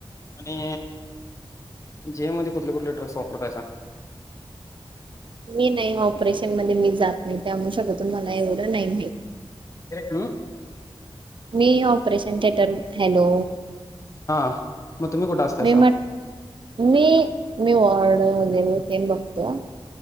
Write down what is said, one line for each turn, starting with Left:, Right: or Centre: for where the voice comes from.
Left: आणि जीए मध्ये कुठले कुठले ड्रग्स वापरतायसा?
Right: मी नाही ऑपरेशन मध्ये मी जात नाही ते म्हू शकत मला एवढं नाही माहि
Left: हम्म?
Right: मी ऑपरेशन थिएटर हॅलो
Left: हां मग तुम्ही कुठं असतायसा?
Right: मी म्हट मी मी वार्ड वगैरे तेन बघत्या